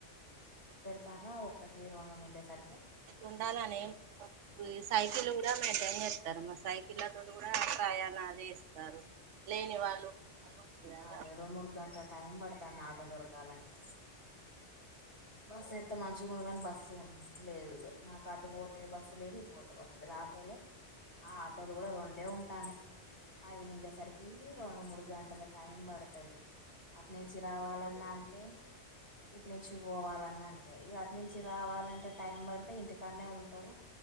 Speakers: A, on the left (about 60°); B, on the right (about 75°).
A: తారా ఒకటి రెండు నిండేసరికే
B: ఉండాలని ఎం సైకిల్ళ్ళు కూడా మే తారు మా సైకిల్లతో కూడా ప్రయాణలు చేస్తారు లేని
A: ఆ
B: వాళ్ళు కదా
A: అదే రెండు మూడు గంటల టైం పడుతాంది ఆటో దొరకాలంటే బస్సు ఎతే మంచిగుండు కాని బస్సు లేదు మాకు అటు పోతే బస్సు లేదు ఇటు పోతే బస్సు లేదు ఆటో టోలే ఆ ఆటోలు కూడా రెండే ఉంటానయి అవి నిండేసరికి రెండు మూడు గంటల టైం పడుతది అటు నుంచి రావాలన్నా అంతే ఇటు నుంచి పోవాలన్న అంతే వాటి నుంచి రావాలంటే టైం పడితే ఇంటికన్నే ఉంటారు